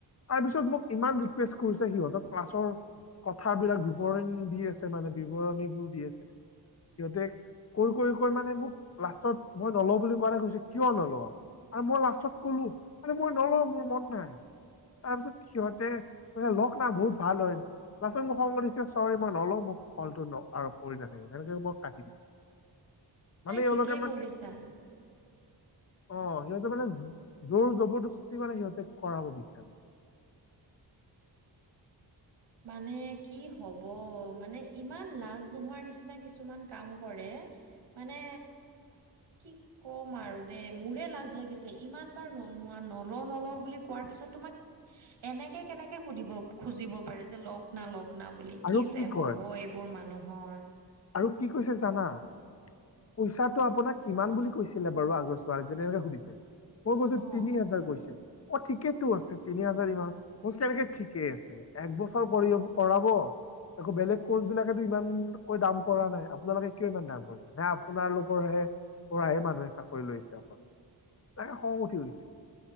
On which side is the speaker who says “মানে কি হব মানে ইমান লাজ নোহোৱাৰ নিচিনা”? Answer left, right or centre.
Right